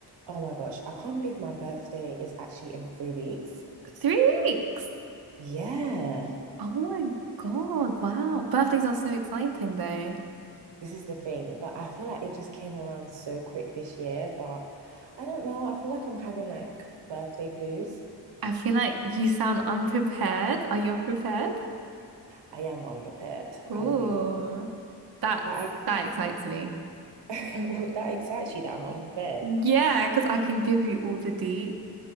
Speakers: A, on the right (about 80°); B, on the right (about 55°).
A: Oh my gosh, I can't believe my birthday is actually in three weeks.
B: Three weeks.
A: Yeah,
B: Oh my God. Wow. Birthdays are so exciting though.
A: this is the thing. But I feel like it just came around so quick this year. But I don't know. I feel like I'm having like birthday blues.
B: I feel like you sound unprepared. Are you unprepared?
A: I am unprepared.
B: Ooh.
A: I'll be real.
B: That's
A: But I guess
B: that excites me.
A: <laughs> that excites you that I'm unprepared.
B: Yeah, because I can give you all the deets.